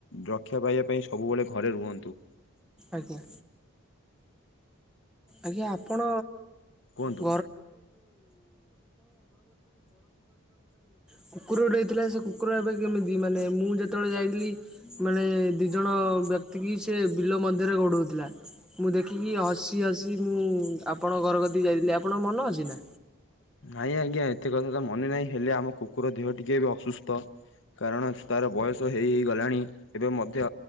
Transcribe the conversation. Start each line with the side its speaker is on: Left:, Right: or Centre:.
Left: ରକ୍ଷା ପାଇବା ପାଇଁ, ସବୁବଳେ ଘରେ ରୁହନ୍ତୁ।
Centre: ଆଜ୍ଞା। ଆଜ୍ଞା, ଆପଣ
Left: କୁହନ୍ତୁ।
Centre: <inaudible> କୁକୁର-----ଥିଲା, ସେ କୁକୁର ଏବେ କେମିତି? ମାନେ ମୁଁ ଯେତ---ଳେ ଯାଇଥିଲି। ମାନେ ଦି ଜଣ ବ୍ୟକ୍ତି କି ସେ ବିଲ ମଧ୍ୟରେ ଗୋଡ଼ଉ ଥିଲା। ମୁଁ ଦେଖିକି, ହସି ହସି ମୁଁ ଆପଣ ଘର କତିକି ଯାଇଥିଲି। ଆପଣଙ୍କ ମନେ ଅଛି ନା?
Left: ନାଇଁ ଆଜ୍ଞା ଏତେ କଥା ତ ମନେ ନାହଁ, ହେଲେ ଆମ କୁକୁର ଦେହ ଟିକେ ଏବେ ଅସୁସ୍ଥ। କାରଣ ତା'ର ବୟସ ହେଇ ଗଲାଣି। ଏବେ ମଧ୍ୟ